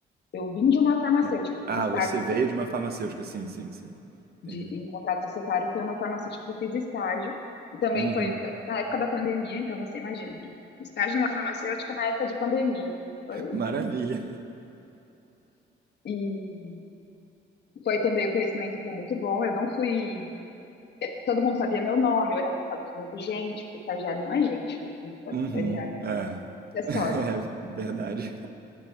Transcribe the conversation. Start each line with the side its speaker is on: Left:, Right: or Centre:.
Left: Eu vim de uma farmacêutica,
Right: Não.
Left: fiz
Right: Ah,
Left: estágio
Right: você veio de uma farmacêutica. Sim, sim, sim. Entendi.
Left: de, em contrato societário foi uma farmacêutica que eu fiz estágio. E também
Right: Uhum.
Left: foi na época da pandemia, então você imagina, né? Estágio numa farmacêutica na época de pandemia. Foi.
Right: Maravilha.
Left: E foi também o conhecimento foi muito bom. Eu não fui. Todo mundo sabia meu nome, eu era tratada como gente, porque estagiário não é gente, né?
Right: Uhum.
Left: Estagiário
Right: É.
Left: é acessório.
Right: <laughs> É verdade.